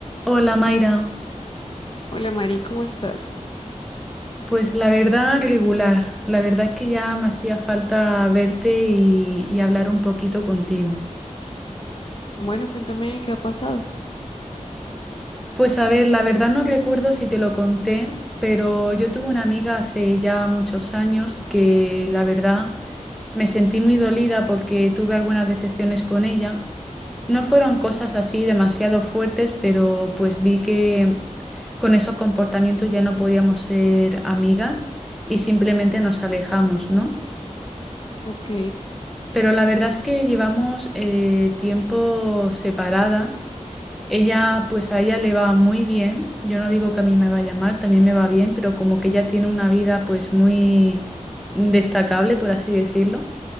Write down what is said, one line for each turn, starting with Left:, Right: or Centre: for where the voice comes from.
Centre: Hola Mayra,
Left: Hola Mari, ¿cómo estás?
Centre: pues la verdad regular, la verdad es que ya me hacía falta verte y, y hablar un poquito contigo.
Left: Bueno, cuéntame qué ha pasado.
Centre: Pues a ver, la verdad no recuerdo si te lo conté, pero yo tuve una amiga hace ya muchos años que la verdad me sentí muy dolida porque tuve algunas decepciones con ella. No fueron cosas así demasiado fuertes, pero pues vi que con esos comportamientos ya no podíamos ser amigas y simplemente nos alejamos, ¿no?
Left: Ok,
Centre: Pero la verdad es que llevamos eh, tiempo separadas. Ella, pues a ella le va muy bien. Yo no digo que a mí me vaya mal, también me va bien, pero como que ella tiene una vida pues muy destacable, por así decirlo.